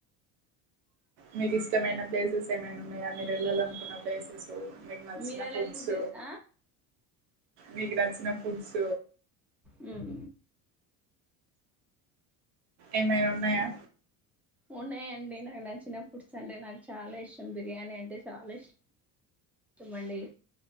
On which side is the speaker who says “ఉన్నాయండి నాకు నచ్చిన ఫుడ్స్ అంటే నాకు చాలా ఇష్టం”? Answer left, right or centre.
Centre